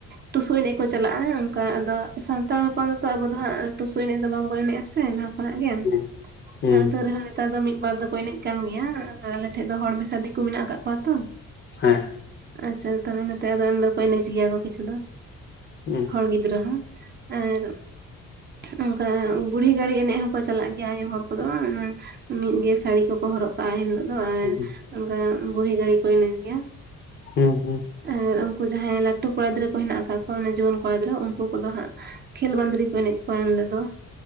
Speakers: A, on the right; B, on the left.
A: ᱴᱩᱥᱩ ᱮᱱᱮᱡ ᱠᱚ ᱪᱟᱞᱟᱜᱼᱟ ᱚᱱᱠᱟ ᱟᱫᱚ ᱥᱟᱱᱛᱟᱲ ᱦᱚᱯᱚᱱ ᱫᱚ ᱛᱚ ᱟᱵᱚ ᱫᱚ ᱦᱟᱸᱜ ᱴᱩᱥᱩ ᱮᱱᱮᱡ ᱫᱚ ᱵᱟᱝᱵᱚᱱ ᱮᱱᱮᱡᱼᱟ ᱥᱮ ᱞᱟ ᱦᱟ ᱠᱷᱚᱱᱟᱜ ᱜᱮ
B: ᱦᱩᱸ ᱦᱩᱸ
A: ᱟᱛᱳ ᱨᱮᱦᱚᱸ ᱱᱮᱛᱟᱨ ᱫᱚ ᱢᱤᱫ ᱵᱟᱨ ᱫᱚᱠᱚ ᱮᱱᱮᱡ ᱠᱟᱱ ᱜᱮᱭᱟ ᱟᱨ ᱟᱞᱮ ᱴᱷᱮᱡ ᱫᱚ ᱦᱚᱲ ᱢᱮᱥᱟ ᱫᱤᱠᱩ ᱢᱮᱱᱟᱜ ᱟᱠᱟᱫ ᱠᱚᱣᱟ ᱛᱚ
B: <unintelligible>
A: ᱟᱪᱪᱷᱟ ᱛᱟᱦᱚᱞᱮ ᱱᱚᱛᱮ ᱟᱫᱚ ᱮᱱᱦᱤᱞᱳᱜ ᱠᱚ ᱮᱱᱮᱡ ᱜᱮᱭᱟ ᱠᱚ ᱠᱤᱪᱷᱩ ᱫᱚ
B: ᱦᱮᱸ
A: ᱦᱚᱲ ᱜᱤᱫᱽᱨᱟᱹ ᱜᱤᱫᱽᱨᱟᱹ ᱦᱚᱸᱟᱨ ᱚᱱᱠᱟ ᱵᱩᱲᱦᱤ ᱜᱟᱹᱲᱤ ᱮᱱᱮᱡ ᱦᱚᱸᱠᱚ ᱪᱟᱞᱟᱜ ᱜᱮᱭᱟ ᱟᱭᱩ ᱦᱚᱲ ᱠᱚᱫᱚ ᱢᱤᱫ ᱜᱮ ᱥᱟᱹᱲᱤ ᱠᱚ ᱠᱚ ᱦᱚᱨᱚᱜ ᱠᱟᱜᱼᱟ ᱮᱱ ᱦᱤᱞᱚᱜ ᱫᱚ ᱟᱨ
B: ᱦᱩᱸ
A: ᱚᱱᱠᱟ ᱵᱩᱲᱦᱤ ᱜᱟᱹᱲᱤ ᱠᱚ ᱮᱱᱮᱡ ᱜᱮᱭᱟ
B: ᱦᱩᱸ ᱦᱩᱸ
A: ᱟᱨ ᱩᱱᱠᱩ ᱡᱟᱦᱟᱸᱭ ᱞᱟᱹᱴᱩ ᱠᱚᱲᱟ ᱜᱤᱫᱽᱟᱹ ᱠᱚ ᱦᱮᱱᱟᱜ ᱟᱠᱟᱫ ᱠᱚᱣᱟ ᱡᱩᱣᱟᱹᱱ ᱠᱚᱲᱟ ᱜᱤᱫᱽᱨᱟᱹ ᱩᱱᱠᱩ ᱠᱚᱫᱚ ᱦᱟᱸᱜ ᱠᱷᱮᱞ ᱵᱟᱸᱫᱽᱨᱤ ᱠᱚ ᱮᱱᱮᱡ ᱠᱚᱣᱟ ᱮᱱᱦᱤᱞᱳᱜ ᱫᱚ ᱾